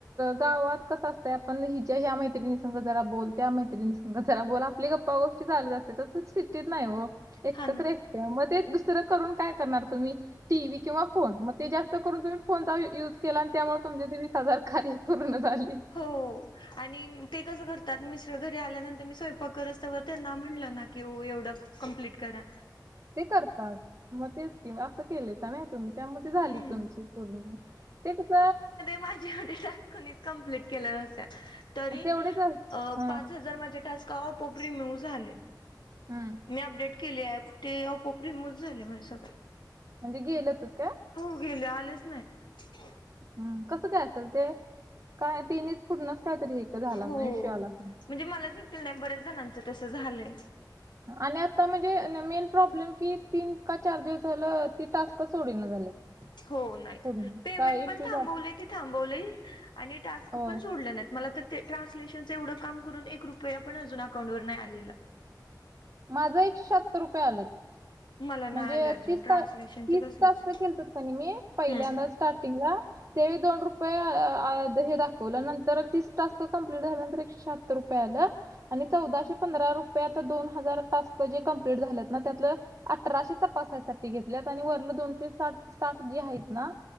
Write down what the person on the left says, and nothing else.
नाही.
हा ना
हो आणि ते कसं कर मि घरी आल्यानंतर मी स्वयपाक रस्तवर त्यांना म्हटलं ना की एवढं कंप्लीट करा
हम्म
कोणीतरी कंप्लेंट केला होता तरी
पाच
हजार माझे टास्क आपोआप रिमूव्ह झाले.
मी अपडेट केले ॲप ते रिमूव्ह झाले माझ सगळ
हो गेले आलेच नाहीत.
हो
म्हणजे मला देखील नाही बऱ्याच जणांचं तसं झालंय.
हो नाही
पेमेंट
पण थांबवले ती थांबवले आणि टास्क
पण सोडलं नाही मला त ते ट्रान्सलेशनचं एवढं काम करून एक रुपया पण अजून अकाउंटवर नाही आलेला.
मला नाही
आले अजून
ट्रान्सलेशनचे
कसलेच.
हम्म